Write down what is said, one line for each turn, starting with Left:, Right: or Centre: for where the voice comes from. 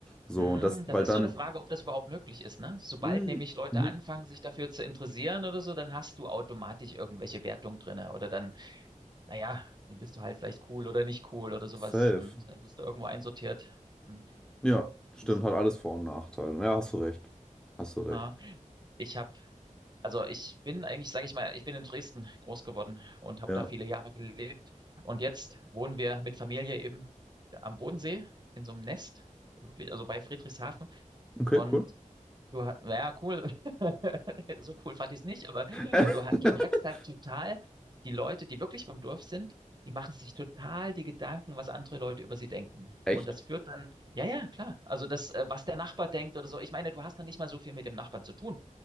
Centre: So,
Right: Hm,
Centre: und das, weil
Right: Das ist
Centre: dann,
Right: so eine Frage, ob das überhaupt möglich ist, ne? Sobald
Centre: mh,
Right: nämlich Leute
Centre: mh,
Right: anfangen, sich dafür zu interessieren oder so, dann hast du automatisch irgendwelche Wertungen drinne oder dann, naja, dann bist du halt vielleicht cool oder nicht cool oder sowas
Centre: safe.
Right: und dann wirst du irgendwo einsortiert. Hm.
Centre: Ja, stimmt,
Right: Ich,
Centre: hat alles Vor- und Nachteile. Ja, hast du recht. Hast du recht.
Right: ah, ich habe Also ich bin eigentlich, sage ich mal, ich bin in Dresden groß geworden und habe
Centre: Ja,
Right: da viele Jahre gelebt. Und jetzt wohnen wir mit Familie eben am Bodensee in so einem Nest, wirklich, also bei Friedrichshafen.
Centre: okay,
Right: Und
Centre: cool.
Right: du hast, ja, cool, <laughs> so cool fand ich es nicht, aber du,
Centre: <laughs>
Right: ha- du merkst halt total, die Leute, die wirklich vom Dorf sind, die machen sich total die Gedanken, was andere Leute über sie denken.
Centre: Echt?
Right: Und das führt dann, ja, ja, klar. Also das, äh, was der Nachbar denkt oder so. Ich meine, du hast dann nicht mal so viel mit dem Nachbarn zu tun.